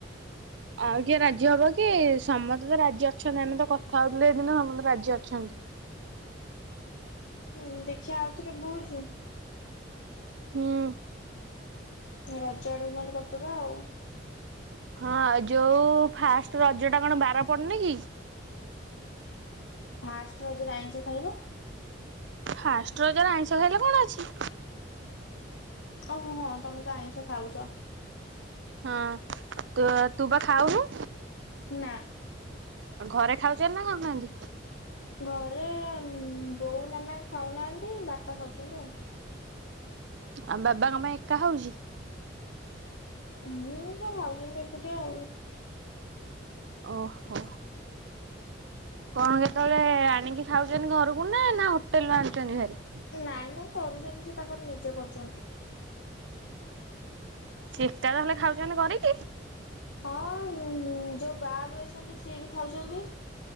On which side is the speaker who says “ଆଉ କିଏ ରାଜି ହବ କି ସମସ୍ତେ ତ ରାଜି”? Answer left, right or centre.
Right